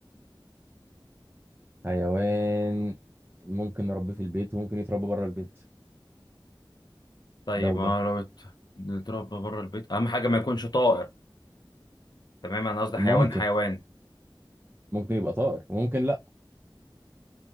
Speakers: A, on the right; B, on the left.
A: حيوان ممكن نربيه في البيت وممكن يتربى بره البيت
B: طيب
A: ده وده
B: ما لو ات- بنتربى بره البيت اهم حاجه ما يكونش طائر تمام انا قصدي حيوان
A: ممكن
B: حيوان
A: ممكن يبقى طائر وممكن لا